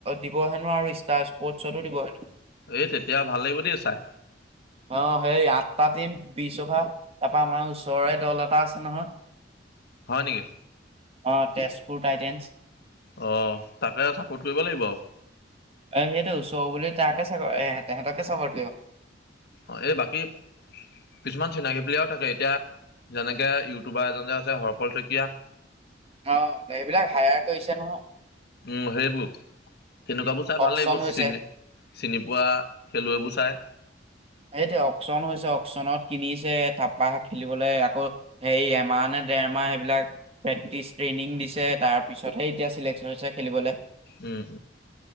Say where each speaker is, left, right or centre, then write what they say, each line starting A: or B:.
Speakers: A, on the right (about 30°); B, on the left (about 60°).
A: দিব হেনো আৰু ষ্টাৰ স্পৰ্টচতো দিব হেনো।
B: এই তেতিয়া ভাল লাগিব দেই চাই।
A: অ', সেই আঠটা টিম বিশ অভাৰ তাৰ পৰা আমাৰ ওচৰৰে দল এটা আছে নহয়।
B: হয় নেকি।
A: অ', তেজপুৰ টাইটেন্ঞ্চ।
B: অ', তাকে আৰু চাপোৰ্ট কৰিব লাগিব আৰু।
A: অ', সেইটো ওচৰ বুলি তাকে চাগৰ এ তেহেতকে চাপৰ্ট কৰিব।
B: অ', এই বাকী কিছুমান চিনাকি প্লেয়েৰও থাকে এতিয়া যেনেকে ইউটিউবাৰ এজন যে আছে হৰপল শইকীয়া
A: অ', সেইবিলাক হায়াৰ কৰিছে নহয়।
B: উম সেইবোৰ তেনেকুৱাবোৰ চাই
A: অকচন
B: ভাল লাগিব
A: হৈছে
B: চিনি চিনি পোৱা খেলুৱৈবোৰ চায়।
A: এইটোৱে অকচন হৈছে অকচনত কিনিছে তাপা খেলিবলৈ আকৌ। সেই এমাহ নে দেৰমাহ সেইবিলাক প্ৰেক্টিচ ট্ৰেইনিং দিছে। তাৰ পিছতহে এতিয়া চিলেকশন হৈছে খেলিবলে।
B: উম'